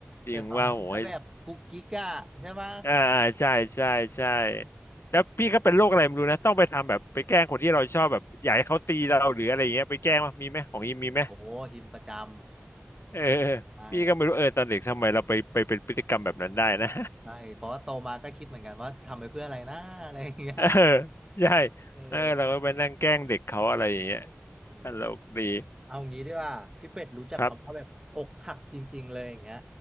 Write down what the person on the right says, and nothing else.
แต่ตอนนั้นมันก็แบบกุ๊กกิ๊กอะใช่ปะ
อืม
โอ้ฮิมประจำ
ใช่ครับ
อืมใช่เพราะว่าโตมาก็คิดเหมือนกันว่าทำไปเพื่ออะไรนะอะไรอย่างเงี้ย
เออ
อืม
เอางี้ดีกว่าพี่เป็ดรู้จักคำว่าแบบอกหักจริงๆเลยอย่างเงี้ย